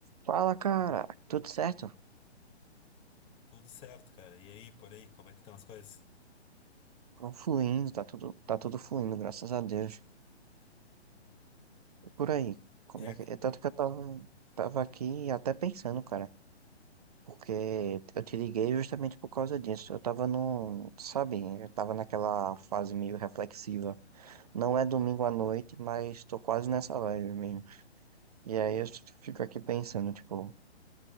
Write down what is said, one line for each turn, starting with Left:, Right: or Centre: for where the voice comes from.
Right: Fala, cara. Tudo certo?
Left: Tudo certo, cara. E aí, por aí, como é que estão as coisas?
Right: Tô Fluindo, tá tudo, tá tudo fluindo, graças a Deus. E Por aí. Como
Left: É,
Right: é que... é Tanto que eu tava, tava aqui até pensando, cara. Porque eu te liguei justamente por causa disso. Eu tava no, sabe, eu tava naquela fase meio reflexiva. Não é domingo à noite, mas tô quase nessa vibe mesmo. E aí eu fico aqui pensando, tipo,